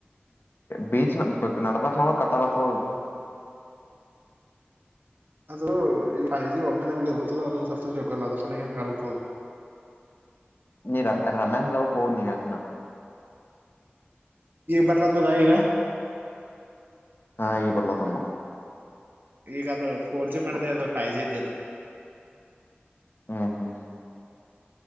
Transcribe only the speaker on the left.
ಬೀಚ <unintelligible> ಕಟ್ಟಾಗತ್
ನೀ ರಮ್ ರಮ್ಯಾಮ್ದಾಗ್ ಹೋಗ್ ನೀ ಹೇಳ್ತಿನಾ.
ಹಾ ಈ ಬರ್ಲ ತಮ್ಮ
ಹ್ಮ್ ಹ್ಮ್